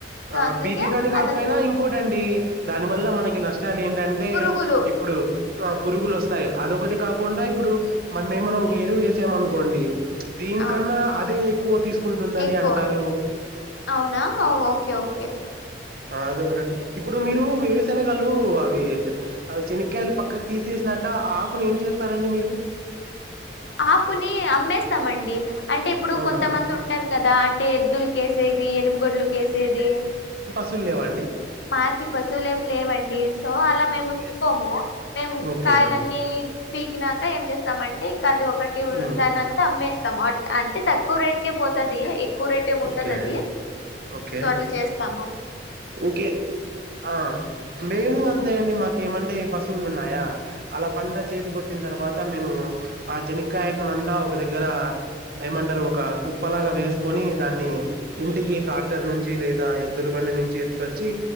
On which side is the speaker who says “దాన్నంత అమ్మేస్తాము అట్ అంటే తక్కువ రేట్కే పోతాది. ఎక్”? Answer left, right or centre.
Left